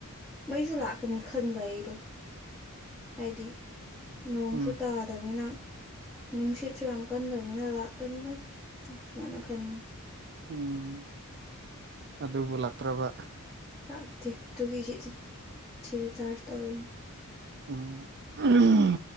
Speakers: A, in the centre; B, on the right.
A: ꯃꯩꯁꯨ ꯂꯥꯛꯀꯅꯤ ꯈꯟꯕ ꯑꯩꯗꯣ ꯍꯥꯏꯗꯤ ꯅꯣꯡꯁꯨ
B: ꯎꯝ
A: ꯇꯥꯗꯝꯅꯤꯅ ꯅꯨꯡꯁꯤꯠꯁꯨ ꯌꯥꯝ ꯀꯟꯗꯅꯤꯅ ꯂꯥꯛꯀꯅꯤꯗ ꯁꯨꯃꯥꯏꯅ ꯈꯟꯅ
B: ꯎꯝ ꯑꯗꯨꯕꯨ ꯂꯥꯛꯇ꯭ꯔꯕ
A: ꯂꯥꯛꯇꯦ ꯑꯗꯨꯒꯤ ꯁꯤꯗꯤ ꯁꯤꯗꯤ ꯆꯥꯔꯖ ꯇꯧꯔꯤꯅꯦ
B: ꯎꯝ ꯎꯝ